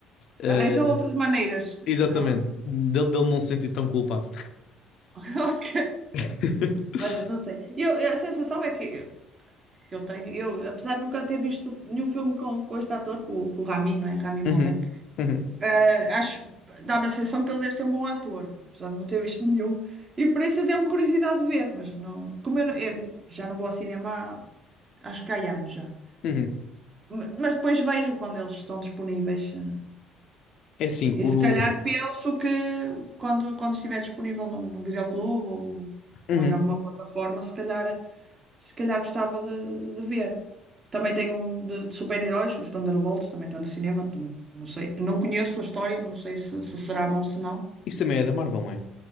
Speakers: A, on the left; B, on the right.
A: eh,
B: Arranja outras maneiras
A: exatamente,
B: de... <laughs>
A: dele, dele não se sentir tão culpado.
B: Ok.
A: <laughs>
B: Olha, não sei. Eu, eu- a sensação é que, que eu tenho, eu, apesar de nunca ter visto nenhum filme com, com este ator, com, o com o Rami, não é? Rami Malek,
A: Uhum, uhum,
B: eh, acho, dá-me a sensação que ele deve ser um bom ator, apesar de não ter visto <laughs> nenhum. E por isso deu-me curiosidade de ver, mas não. Como eu, não- eu já não vou ao cinema há, acho que há anos já.
A: uhum.
B: Ma- Mas depois vejo quando eles estão disponíveis. eh,
A: É assim,
B: E
A: o.
B: se calhar penso que quando, quando estiver disponível no, no videoclube ou,
A: Uhum.
B: ou em alguma plataforma, se calhar, se calhar gostava de, de ver. Também tem um de, de super-heróis, os Thunderbolts, também está no cinema, também não sei. Não conheço a história, não sei se, se será bom se não.
A: Isso também é da Marvel, não é?